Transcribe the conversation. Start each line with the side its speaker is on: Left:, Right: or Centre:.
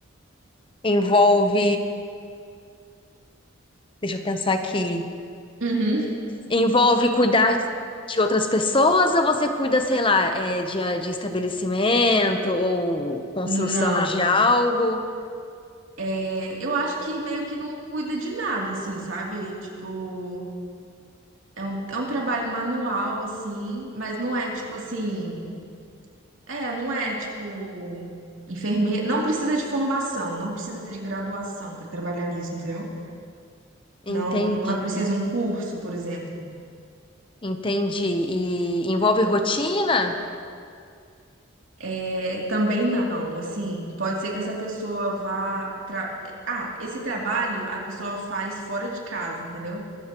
Left: envolve. Deixa eu pensar aqui.
Right: Uhum.
Left: Envolve cuidar de outras pessoas ou você cuida, sei lá, é, de, de estabelecimento ou construção
Right: Não.
Left: de algo?
Right: É, eu acho que meio que não cuida de nada, assim, sabe? Tipo. É um, é um trabalho manual, assim, mas não é tipo assim. É, não é tipo. Enfermeiro. Não precisa de formação, não precisa de graduação para trabalhar nisso, entendeu?
Left: Entendi,
Right: Não, não é preciso um curso, por exemplo.
Left: entendi. E envolve rotina?
Right: É, também não, assim, pode ser que essa pessoa vá. tra- Ah, esse trabalho a pessoa faz fora de casa, entendeu?